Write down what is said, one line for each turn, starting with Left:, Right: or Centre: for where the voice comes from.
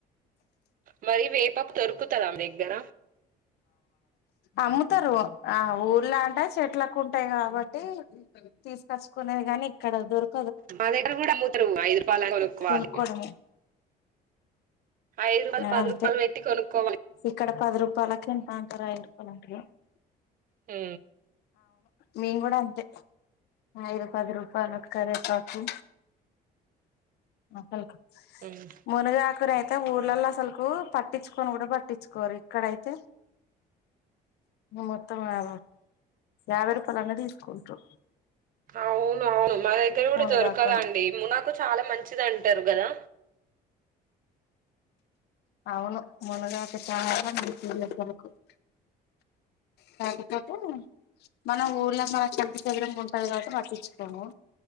Right: మరి వేపాకు దొరుకుతారా మీ దగ్గర
Left: అమ్ముతారు ఆ ఊర్లా అంటా చెట్లకుంటాయి కాబట్టి తీసుకచ్చుకునేది కాని ఇక్కడ దొరుకు
Right: మా దగ్గర కూడా <unintelligible> ఐదు రూపాయలు కొనుక్కోవాలి
Left: కొనుక్కోవడమే
Right: ఐదు రూపాయలు, పది
Left: అంతే
Right: రూపాయలు పెట్టి కొనుక్కోవాలి
Left: ఇక్కడ పది రూపాయలకి ఎంత అంతారా <unintelligible>
Right: హు
Left: మీమ్ గూడా అంతే ఐదు పద్రూ కరిపకు మొక్కల్
Right: హ్మ్.
Left: మునగాకు రై <unintelligible> పిల్లల్లో అసలుకు పట్టించుకొని కూడా పట్టించుకోరు ఇక్కడైతే మొత్తం యా యాభై రూపాయల అన్న తిసుకుంటురు
Right: అవును అవును మా దగ్గర గూడా
Left: మునగాకును
Right: దొరకదండి మునాకు చాలా మంచిది అంటారు గదా
Left: అవును ములగాక <unintelligible> కాకపోతే మన ఊర్లో మన <unintelligible> చదరం ఉంటది కాబట్టి పట్టించుకోము